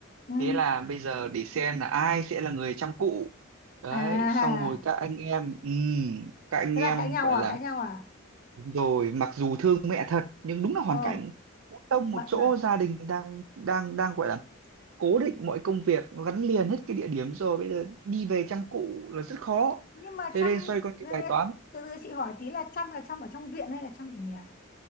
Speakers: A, on the left; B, on the right.
A: ừ
B: thế là bây giờ để xem là ai sẽ là người chăm cụ đấy
A: à
B: xong rồi các anh em ừ, các anh
A: thế
B: em
A: là cãi nhau
B: gọi
A: à
B: là
A: cãi nhau à
B: đúng rồi mặc dù thương mẹ thật nhưng đúng là hoàn
A: ờ
B: cảnh một tông
A: bận
B: một chỗ
A: à
B: gia đình đang đang đang gọi là cố định mọi công việc nó gắn liền hết cái địa điểm rồi bây giờ đi về chăm cụ là rất khó
A: nhưng mà
B: thế
A: chăm
B: nên xoay quanh cái
A: ê,
B: bài toán
A: từ từ chị hỏi tí là chăm là chăm ở trong viện hay là chăm ở nhà